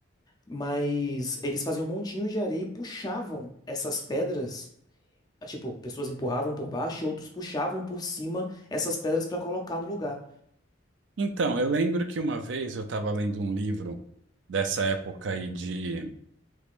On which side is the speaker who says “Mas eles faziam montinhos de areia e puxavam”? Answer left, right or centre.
Left